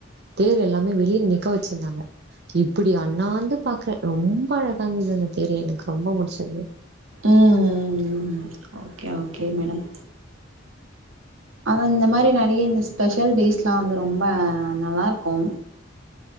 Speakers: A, on the right; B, on the right.
A: தேர் எல்லாமே வெளிய நிக்க வச்சிருந்தாங்க இப்டி அண்ணாந்து பாக்குற ரொம்ப அழகாந்தது அந்த தேரு எனக்கு ரொம்ப புடிச்சிருந்தது
B: ம் ம் ம் ஓகே ஓகே மேடம் அதா இந்த மாரி நறைய இந்த ஸ்பெஷல் டேஸ்லாம் வந்து ரொம்ப நல்லா இருக்கும்